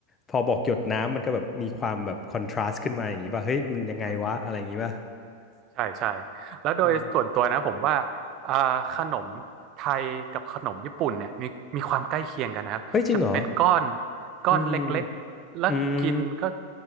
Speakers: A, on the left; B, on the right.
A: พอบอกหยดน้ำมันก็แบบมีความแบบคอนทราสต์ขึ้นมาอย่างนี้ป่ะเฮ้ยมันยังไงวะอะไรอย่างนี้ป่ะ
B: อืม ใช่ใช่แล้วโดยส่วนตัวนะผมว่า
A: อืม
B: อ่าขนมไทยกับขนมญี่ปุ่นเนี่ยมีมีความใกล้เคียงกันนะครับจะเป็นก้อน
A: เฮ้ยจริงเหรอ
B: ก้อนเล็กๆแล้วกินก็
A: อืมอืม